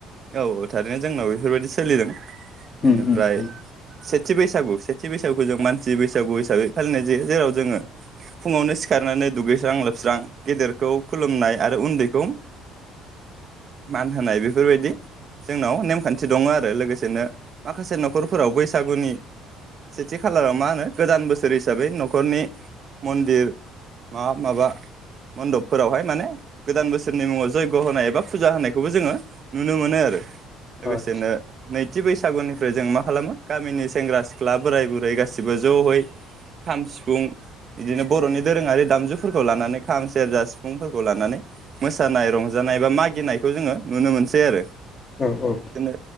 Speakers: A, on the right (about 50°); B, on the left (about 35°).
A: औ औ थारैनो जोंनाव बेफोरबायदि सोलिदों बेनिफ्राय
B: उम उम उम
A: सेथि बैसागु सेथि बैसागुखौ जों मानसि बैसागु हिसाबै फालिनाय जायो जेराव जोङो फुङावनो सिखारनानै दुगैस्रां लोबस्रां गेदेरखौ खुलुमनाय आरो उन्दैखौ मान होनाय बेफोरबायदि जोंनाव नेमखान्थि दङ आरो लोगोसेनो माखासे न'खरफोराव बैसागुनि सेथि खालाराव मा होनो गोदान बोसोर हिसाबै न'खरनि मन्दिर माबा माबा मन्दपफोरावहाय माने गोदान बोसोरनि मुङाव जयग' होनाय एबा फुजा होनायखौबो जोङो नुनो मोनो आरो लोगोसेनो
B: आदसा
A: नैथि बैसागुनिफ्राय निफ्राय जों मा खालामो गामिनि सेंग्रा सिख्ला बोराय बुरै गासिबो ज'है खाम सिफुं बिदिनो बर'नि दोरोङारि दामजुफोरखौ लानानै खाम सेरजा सिफुंफोरखौ लानानै मोसानाय रंजानाय बा मा गिनायखौ जोङो नुनो मोनसै आरो
B: औ औ
A: जोंनो